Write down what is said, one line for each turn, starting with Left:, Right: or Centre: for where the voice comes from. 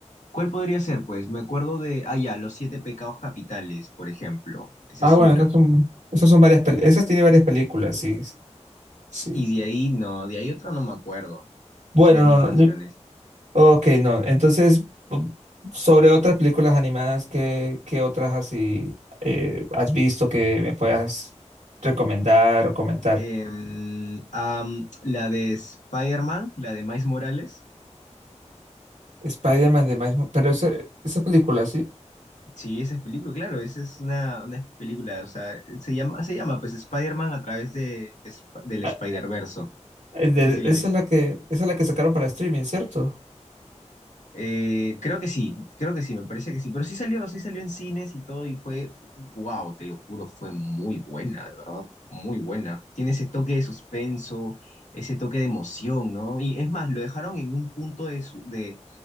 Left: ¿cuál podría ser? Pues me acuerdo de, ah, ya, Los Siete Pecados Capitales, por ejemplo. Esa
Right: Ah,
Left: es
Right: bueno,
Left: una.
Right: esas son, esas son varias, pel- esas tiene varias películas, sí, sí.
Left: Y de ahí, no, de ahí otra no me acuerdo,
Right: Bueno,
Left: de animaciones.
Right: no, no. Ok, no. Entonces, bu- sobre otras películas animadas, ¿qué, qué otras así eh, has visto que me puedas recomendar o comentar?
Left: Em, am, la de Spider-Man, la de Miles Morales.
Right: Spider-Man de Miles Mo- pero esa, esa película, sí.
Left: Sí, esa es película, claro, esa es una, una película, o sea, se llama, se llama pues Spider-Man a través de, Sp- del Spider-Verso.
Right: Ah, el
Left: No
Right: de-
Left: sé si la
Right: esa
Left: vi.
Right: es la que, esa es la que sacaron para streaming, ¿cierto?
Left: Eh, creo que sí, creo que sí, me parece que sí, pero sí salió, sí salió en cines y todo y fue, wow, te lo juro, fue muy buena, de verdad, muy buena. Tiene ese toque de suspenso, ese toque de emoción, ¿no? Y es más, lo dejaron en un punto de, su- de,